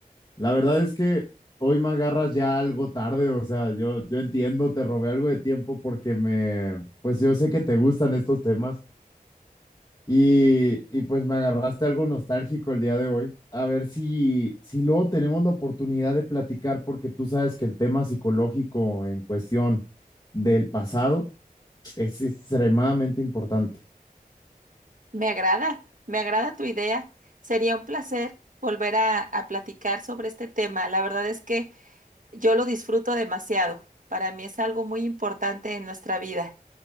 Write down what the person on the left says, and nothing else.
La verdad es que hoy me agarras ya algo tarde, o sea, yo, yo entiendo, te robé algo de tiempo porque me, pues yo sé que te gustan estos temas y, y pues me agarraste algo nostálgico el día de hoy. A ver si, si luego tenemos la oportunidad de platicar porque tú sabes que el tema psicológico en cuestión del pasado es extremadamente importante.